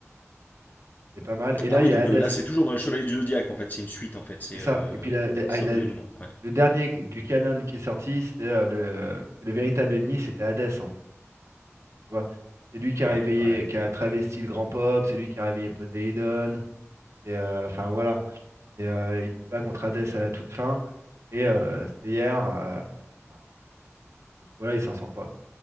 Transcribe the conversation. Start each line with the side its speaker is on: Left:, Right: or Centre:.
Right: Euh, C'est pas mal. Et là,
Left: Ah oui,
Right: il y
Left: donc
Right: a Hadès.
Left: euh, là, c'est toujours dans les Chevaliers du Zodiaque, en fait. C'est une suite, en fait. C'est
Right: C'est ça.
Left: euh...
Right: Et puis la- la- ah,
Left: c'est
Right: la-
Left: un peu l'élément. Ouais.
Right: le dernier du canon qui est sorti, c'est euh, le, euh, le véritable ennemi, c'était Hadès, en fait. Tu vois? C'est lui qui a
Left: Ouais,
Right: réveillé,
Left: ouais.
Right: qui a travesti le grand pop, c'est lui qui a réveillé Poséidon. Et euh, enfin voilà. Et euh, il se bat contre Hadès à la toute fin. Et euh,
Left: Mhm.
Right: c'est hier, euh, bah, cette fois-là, il s'en sort pas, quoi.